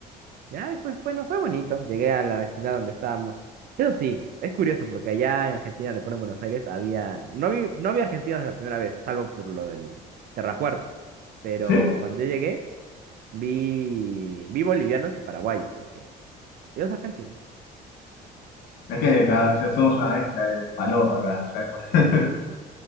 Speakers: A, on the right; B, on the left.
A: Ya después, bueno, fue bonito. Llegué a la vecindad donde estábamos. Eso sí, es curioso porque allá en Argentina, recuerdo en Buenos Aires, había, no vi, no vi argentinos la primera vez, salvo por lo del terrapuerto. Pero
B: ¿Sí?
A: cuando yo llegué, vi, vi bolivianos y paraguayos. Y dije, ellos argentinos.
B: Es que acá ya somos una mezcla de palopa acá. ya es por- <laughs>